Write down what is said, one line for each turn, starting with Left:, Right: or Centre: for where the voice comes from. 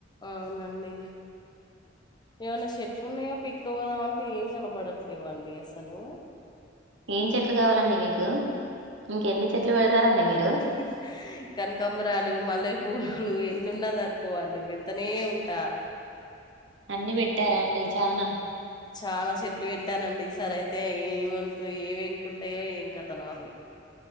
Left: అవునండి ఏమన్న చెట్లున్నాయా పిక్కపోదాం అంటే ఏం కనబడట్లేవండి అస్సలు.
Right: ఏం చెట్లు కావాలండి మీకు? ఇంకెన్ని చెట్లు పెడతారండి మీరు?
Left: మ్ కనకాంబరాలు, మల్లె పూలు ఎన్నున్నా సరిపోవండి పెడతనే ఉంటా.
Right: అన్ని పెట్టారా అండి చాన?
Left: చాల చెట్లు పెట్టానండి ఈసారి అయితే ఏమను ఏమేనుకుంటాయో ఏంకతనో అవి